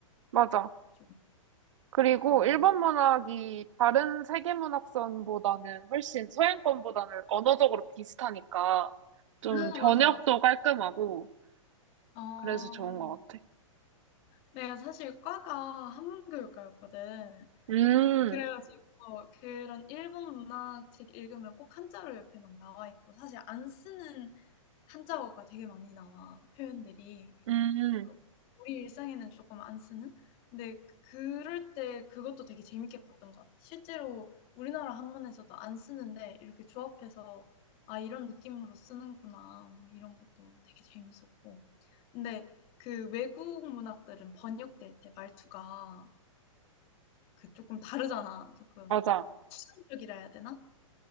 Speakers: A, on the right (about 65°); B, on the left (about 35°).
A: 맞아.
B: 좀
A: 그리고
B: 어.
A: 일본 문학이 다른 세계 문학선보다는 훨씬 서양권보다는 언어적으로 비슷하니까 좀
B: 아
A: 번역도
B: 맞아, 맞아.
A: 깔끔하고
B: 아.
A: 그래서 좋은 것 같아.
B: 내가 사실 과가 한문교육과였거든.
A: 음,
B: 그래 가지고 그런 일본 문학 책 읽으면 꼭 한자로 옆에 막 나와 있고 사실 안 쓰는 한자어가 되게 많이 나와, 표현들이.
A: 음,
B: 뭔가 우리 일상에는 쪼끔 안 쓰는? 근데 그럴 때 그것도 되게 재밌게 봤던 것 같아. 실제로 우리나라 한문에서도 안 쓰는데 이렇게 조합해서 '아 이런 느낌으로 쓰는구나.' 뭐 이런 것도 되게 재밌었고. 근데 그 외국 문학들은 번역될 때 말투가 그 쪼끔 다르잖아. 조금
A: 맞아.
B: 추상적이라 해야 되나?